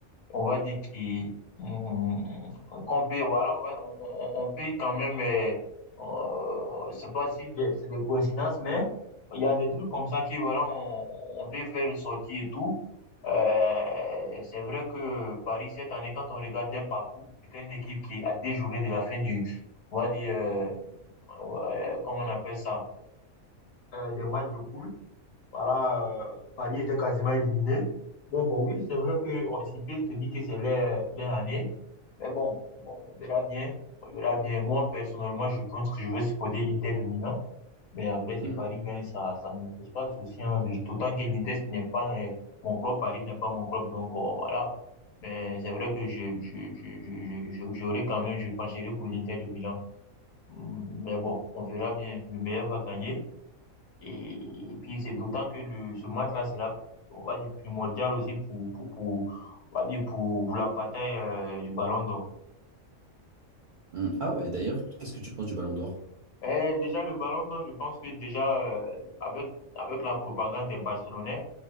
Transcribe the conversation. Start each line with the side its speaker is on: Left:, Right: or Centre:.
Left: on va dire qui mm, qu'on peut voilà on va on, on- on peut quand même euh, euh, je sais pas si des- c'est des coïncidences mais il y a des trucs comme ça qui voilà on, on peut faire sortir et tout Euh, c'est vrai que Paris cette année quand on regarde des parcours c'est une équipe qui a des journées de la fin du on va dire euh, euh, comment on appelle ça euh, des matchs de poule voilà euh, Paris était quasiment éliminé donc euh, oui c'est vrai que on s'y peut se dire que c'est leur leur année mais bon, bon, on verra bien. On verra bien. Moi, personnellement, je pense que je veux supporter Inter de Milan. Mais après, si
Right: Mm,
Left: Paris gagne, ça, ça ne me pose pas de souci. Hein. D'autant que l'Inter, ce n'est pas euh, mon club. Paris n'est pas mon club. Donc, euh, voilà. Mais c'est vrai que je, je, je, je, je- j'aurais quand même, je pencherais pour l'Inter de Milan. Hum, Mais bon, on verra bien. Le meilleur va gagner. Et, puis, c'est d'autant que le, ce match-là sera, on va dire, primordial aussi pour, pour, pour, on va dire, pour, pour la bataille, euh, du Ballon d'Or.
Right: mm. Ah ouais, d'ailleurs, qu'est-ce que tu penses du Ballon d'Or?
Left: Eh, déjà, le ballon d'or, je pense que déjà, euh, avec, avec la propagande des Barcelonais,